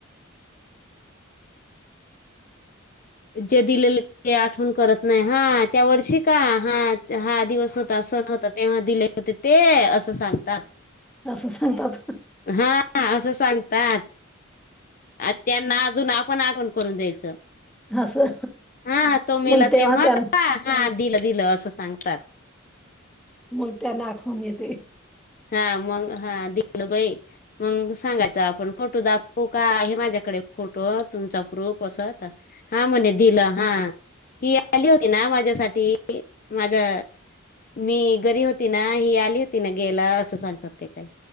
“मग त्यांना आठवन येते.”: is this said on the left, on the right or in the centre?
Centre